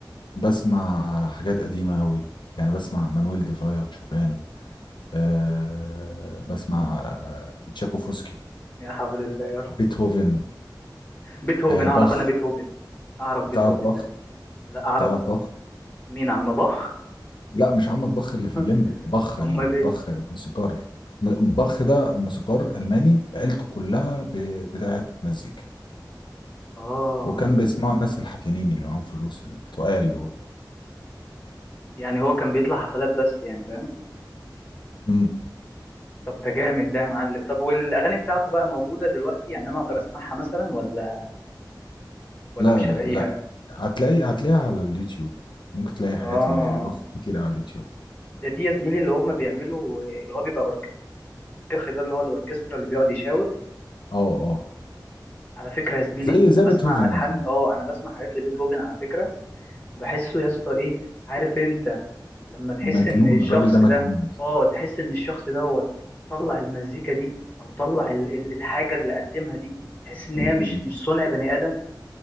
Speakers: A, on the left (about 80°); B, on the left (about 25°).
A: بسمع حاجات قديمة قوي يعني بسمع مانويل ديفايا شوبان أه بسمع آه، تشاكوفسكي
B: يا حول الله يا رب
A: بيتهوفن
B: بيتهوفن
A: آه
B: اعرف
A: باخ
B: انا بيتهوفن اعرف بيتهوفن
A: تعرف باخ
B: ده لا اعرف
A: تعرف باخ
B: مين عم باخ
A: لا مش عمك باخ اللي
B: <laughs>
A: في الليمبي باخ ال-
B: امال ايه
A: باخ الموسيقار م- باخ ده موسيقار ألماني عيلته كلها ب... بتاعه مزيكا
B: اه
A: وكان بيسمعوا الناس الحتيانين اللي معاهم فلوس التقال دول
B: يعني هو كان بيطلع حفلات بس يعني فاهم
A: امم
B: طب ده جامد ده يا معلم طب والاغاني بتاعته بقى موجوده دلوقتي يعني انا اقدر اسمعها مثلا ولا ولا
A: لا
B: مش
A: لا
B: هلاقيها
A: لا. هتلاقي هتلاقيها على اليوتيوب ممكن تلاقي حاجات
B: اه
A: ل- لباخ كتير على اليوتيوب
B: ده دي يا زميلي اللي هم بيعملوا اللي هو بيبقى اوركسترا ده اللي هو الاوركسترا اللي بيقعد يشاور
A: اه اه
B: على فكره يا زميلي
A: زي
B: انا
A: زي
B: بسمع
A: بيتهوفن
B: الحان
A: يا زميلي
B: اه انا بسمع حاجات لبيتهوفن على فكره بحسه يا اسطى ايه عارف انت لما تحس
A: مجنون
B: ان الشخص
A: الراجل ده مجنون
B: ده اه تحس ان الشخص دوت طلع المزيكا دي او طلع ال- ال- الحاجه اللي قدمها دي تحس ان هي مش
A: مم.
B: مش صنع بني ادم